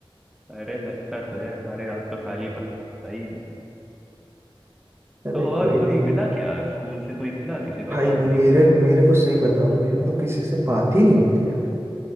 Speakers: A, in the centre; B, on the right.
A: अरे लगता तो है हमारे हाथ तो खाली पड़े हैं भाई
B: अरे
A: तो और
B: कोई
A: कोई
B: नहीं
A: मिला क्या स्कूल से कोई मिला किसी से
B: भाई
A: बात
B: मेरे
A: हुई क्या
B: मेरे को सही बता रहा हूँ मेरे को किसी से बात ही नहीं होती यार